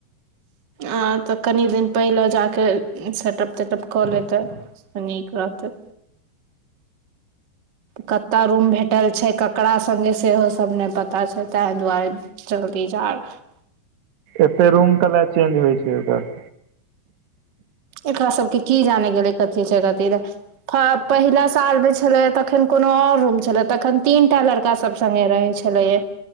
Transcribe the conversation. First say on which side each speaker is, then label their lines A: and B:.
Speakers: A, on the right; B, on the right.
A: आ तऽ कनि दिन पहिले जा कऽ सेटअप तेटप कऽ लेतै। अनेक बातै कतय रूम भेटल छै ककरा संघे सेहो सभ नहि पता छै ताहि दुआरे चल्दी जा रहल।
B: एते रूम कल चेज होइ छै ओकर
A: एकरा सभके की जाने गेलै कथी छै कथी पहिला साल मे छले तखन कोनो और रूम छले तखन तीन टा लड़का सभ संगे रहे छै